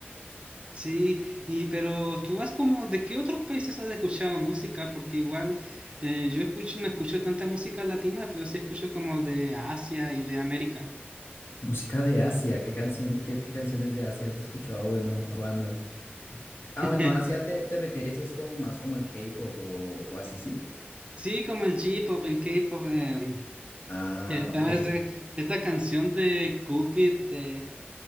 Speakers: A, on the right; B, on the left.
A: Sí, y pero tú vas como, ¿de qué otros países has escuchado música? Porque igual eh, yo escucho, no escucho tanta música latina, pero sí escucho como de Asia y de América.
B: Música de Asia, ¿qué canción, qué, qué canciones de Asia has escuchado? Ah, Bueno, a bandas. Ah,
A: <laughs>
B: bueno, Asia te, te refieres es como más como el K-pop o, o así, ¿sí?
A: Sí, como el J-pop, el K-pop, eh,
B: Ah,
A: esta,
B: ok,
A: vez, eh, esta canción de Cupid, de,